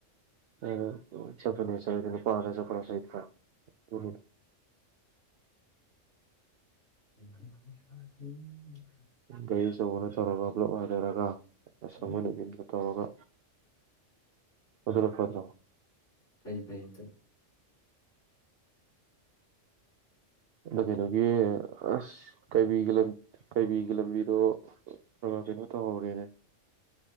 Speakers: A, on the right (about 60°); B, on the left (about 70°).
A: ꯍ ꯆꯄꯅꯦ ꯆ ꯄꯥꯔꯁꯨ ꯐꯔ ꯁꯍꯤꯠ ꯈꯔ ꯎ
B: ꯏꯁ
A: ꯀ ꯁꯅ ꯊꯧꯔꯒ ꯄꯨꯞ ꯑꯣꯏꯅꯔꯒ ꯁꯣꯕ
B: ꯎꯝ
A: ꯅꯨꯕꯤꯟꯗ ꯇꯧꯔꯒ ꯀꯗꯔꯣ ꯀꯗꯔꯣ
B: ꯐꯩ ꯐꯩ ꯑꯗꯨ
A: ꯅ ꯀꯩꯅꯒꯤ ꯑꯁ ꯀꯩꯕꯤꯒꯤ ꯂꯝ ꯀꯩꯕꯤꯒꯤ ꯂꯝꯕꯤꯗꯣ ꯈꯔ ꯀꯩꯅꯣ ꯇꯧꯍꯧꯔꯦꯅꯦ